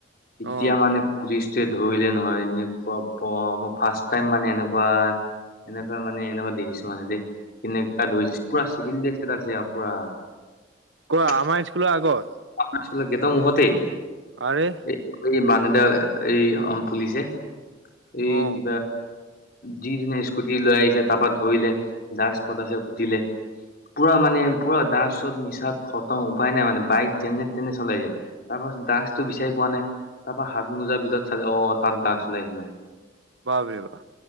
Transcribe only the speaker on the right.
অ
কোৱা
আমাৰ স্কুলৰ আগত
আৰেহ!
অ
বাপৰে বাপ!